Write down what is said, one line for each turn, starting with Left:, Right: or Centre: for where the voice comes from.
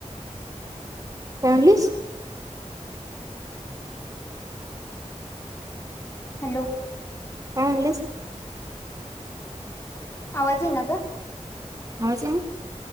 Right: काय म्हणलीस.
Left: हॅलो
Right: काय म्हणलीस.
Left: आवाज येईना ग.
Right: आवाज नाही.